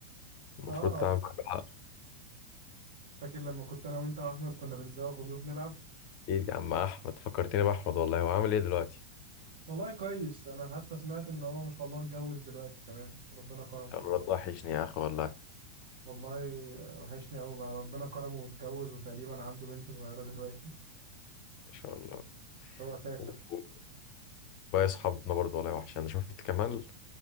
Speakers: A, on the left (about 40°); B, on the right (about 50°).
A: المفروض
B: اه
A: تعمل حاجة حق.
B: فاكر لما كنت انا وانت واحمد كنا بنزاغ ونروح نلعب
A: ايه يا عم احمد فكرتني باحمد والله هو عامل ايه دلوقتي
B: والله كويس انا حتى سمعت ان هو ما شاء الله اتجوز دلوقتي كمان ربنا كرمه
A: ما شاء الله الواد وحشني يا اخي والله
B: والله وحشني قوي بقى ربنا كرمه واتجوز وتقريبا عنده بنت صغيرة دلوقتي
A: ما شاء الله
B: بس هو سافر
A: و- و- وباقي اصحابنا برضه والله وحش انا شفت كمال